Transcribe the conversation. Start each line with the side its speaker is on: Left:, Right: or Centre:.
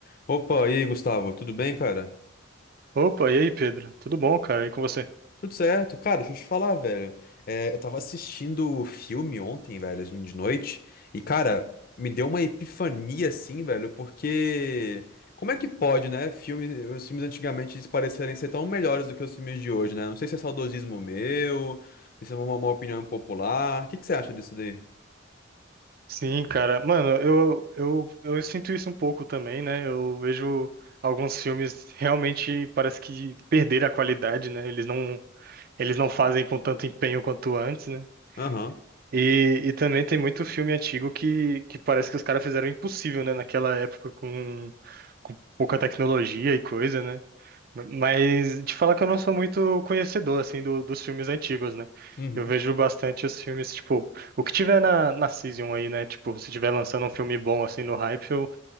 Left: Opa, e aí, Gustavo, tudo bem, cara?
Right: Opa, e aí, Pedro? Tudo bom, cara? E com você?
Left: Tudo certo. Cara, deixa eu te falar, velho. É, eu tava assistindo o filme ontem, velho, assim, de noite, e, cara, me deu uma epifania, assim, velho, porque. Como é que pode, né? Filme, os filmes antigamente eles parecerem ser tão melhores do que os filmes de hoje, né? Não sei se é saudosismo meu, se é uma, uma opinião popular. O que que você acha disso daí?
Right: Sim, cara. Mano, eu, eu, eu sinto isso um pouco também, né? Eu vejo alguns filmes realmente parece que perderam a qualidade, né? Eles não, eles não fazem com tanto empenho quanto antes, né?
Left: Aham.
Right: E, e também tem muito filme antigo que, que parece que os caras fizeram o impossível, né? Naquela época com, com pouca tecnologia e coisa, né? Mas te falar que eu não sou muito conhecedor, assim, do- dos filmes antigos, né?
Left: Uhum.
Right: Eu vejo bastante os filmes, tipo, o que tiver na, na Season aí, né? Tipo, se tiver lançando um filme bom, assim, no hype, eu,